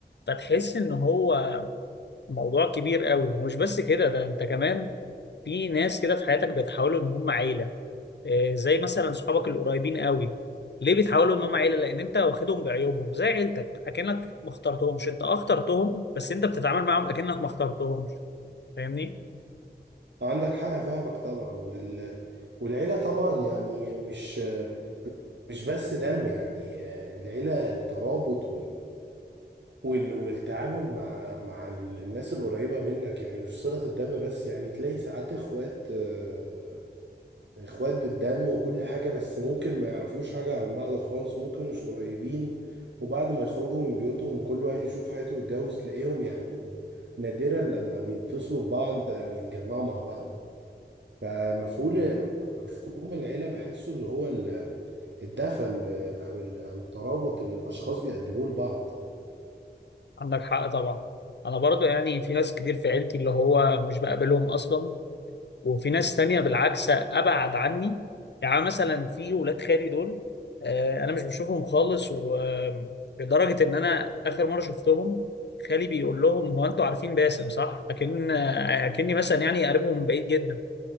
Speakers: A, on the left; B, on the right.
A: فتحس إن هو موضوع كبير قوي ومش بس كده ده أنت كمان في ناس كده في حياتك بيتحولوا إن هم عيلة آه، زي مثلا صحابك القريبين قوي ليه بيتحولوا ان هم عيله لان انت واخدهم بعيوبهم زي عيلتك اكنك ما اخترتهمش انت اه اخترتهم بس انت بتتعامل معاهم اكنك ما اخترتهمش فاهمني
B: عندك حق فاهمك طبعا وال... والعيلة طبعا يعني مش مش بس دم يعني العيلة الترابط وال- والتعامل مع مع ال- الناس القريبة منك يعني مش صلة الدم بس يعني تلاقي ساعات اخوات آه، اخوات بالدم وكل حاجة بس ممكن ما يعرفوش حاجة عن بعض خالص ممكن مش قريبين وبعد ما يخرجوا من بيوتهم وكل واحد يشوف حياته ويتجوز تلاقيهم يعني نادرا لما بيتصلوا ببعض او يتجمعوا مع بعض فمفهوم مفهوم العيلة بحسه اللي هو ال- الدفى ال- او ال- او الترابط اللي الاشخاص بيقدموه لبعض
A: عندك حق طبعا انا برضو يعني في ناس كتير في عيلتي اللي هو مش بقابلهم اصلا وفي ناس تانية بالعكس أبعد عني يعني مثلا في ولاد خالي دول آه، أنا مش بشوفهم خالص ولدرجة إن أنا آخر مرة شفتهم خالي بيقول لهم هو أنتوا عارفين باسم صح؟ لكن آه، أكني مثلا يعني قريبهم من بعيد جدا